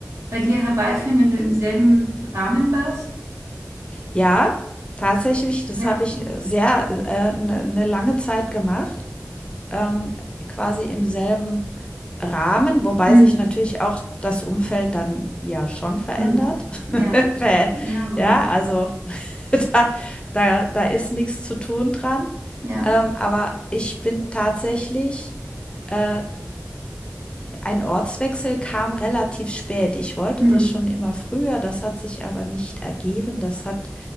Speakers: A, on the right; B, on the left.
A: bei dir herbeiführen, wenn du im selben Rahmen warst?
B: Ja, tatsächlich, das
A: Ja.
B: habe ich äh, sehr äh, eine ne lange Zeit gemacht. ähm, quasi im selben Rahmen, wobei
A: Hm.
B: sich natürlich auch das Umfeld dann ja schon verändert.
A: Hm.
B: <laughs>
A: Ja,
B: Weil,
A: ja, wenn
B: ja,
A: man,
B: also <laughs> da, da, da ist nichts zu tun dran.
A: ja.
B: Ähm, aber ich bin tatsächlich, äh, ein Ortswechsel kam relativ spät. Ich wollte
A: Hm.
B: das schon immer früher, das hat sich aber nicht ergeben. Das hat,